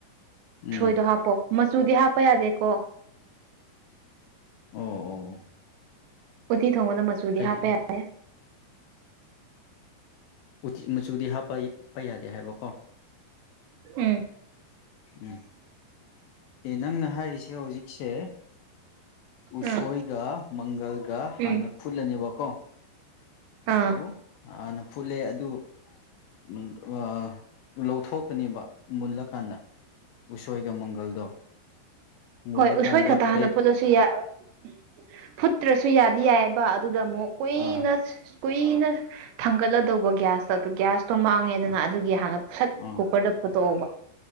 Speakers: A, on the left (about 80°); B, on the right (about 85°).
A: ꯎꯝ
B: ꯎꯁꯣꯏꯗꯣ ꯍꯥꯞꯄꯣ ꯃꯆꯨꯗꯤ ꯍꯥꯞꯄ ꯌꯥꯗꯦꯀꯣ
A: ꯑꯣ ꯑꯣ
B: ꯎꯠꯇꯤ ꯊꯣꯡꯕꯗ ꯃꯆꯨꯗꯤ
A: ꯑꯩ
B: ꯍꯥꯞꯄ ꯌꯥꯗꯦ
A: ꯎꯝ ꯃꯆꯨꯗꯤ ꯍꯥꯞꯄ ꯌꯥꯗꯦ ꯍꯥꯏꯕꯀꯣ
B: ꯎꯝ
A: ꯎꯝ ꯑꯦ ꯅꯪꯅ ꯍꯥꯏꯔꯤꯁꯦ ꯍꯧꯖꯤꯛꯁꯦ ꯎꯁꯣꯢꯒ
B: ꯎꯝ
A: ꯃꯪꯒꯜꯒ ꯍꯥꯟꯅ
B: ꯎꯝ
A: ꯐꯨꯠꯂꯅꯦꯕꯀꯣ ꯑꯗꯨ
B: ꯑꯥ
A: ꯍꯥꯟꯅ ꯐꯨꯠꯂꯦ ꯑꯗꯨ ꯎꯝ ꯑ ꯂꯧꯊꯣꯛꯀꯅꯦꯕ ꯃꯨꯜꯂꯀꯥꯟꯗ ꯎꯁꯣꯢꯒ ꯃꯪꯒꯜꯗꯣ ꯃꯨꯜꯂꯀꯥꯟꯗ
B: ꯍꯣꯢ ꯎꯁꯣꯢ ꯈꯠꯇ ꯍꯥꯟꯅ
A: ꯄ꯭ꯂꯦꯠ
B: ꯐꯨꯠꯂꯁꯨ ꯌꯥꯢꯑꯞ ꯐꯨꯠꯇ꯭ꯔꯁꯨ ꯌꯥꯗꯤ ꯌꯥꯢꯑꯕ ꯑꯗꯨꯗ ꯑꯃꯨꯛ ꯀꯨꯢꯅ
A: ꯑꯥ
B: ꯀꯨꯢꯅ ꯊꯥꯡꯒꯠꯂꯗꯧꯕ ꯒ꯭ꯌꯥꯁꯇꯣ ꯑꯗꯨ ꯒ꯭ꯌꯥꯁ ꯇꯣꯝꯃꯥꯡꯉꯦꯗꯨꯅ
A: ꯑꯥ
B: ꯑꯗꯨꯒꯤ ꯍꯥꯟꯅ ꯁꯠ
A: ꯑꯥ
B: ꯀꯨꯀꯔꯗ ꯐꯨꯠꯇꯣꯛꯑꯧꯕ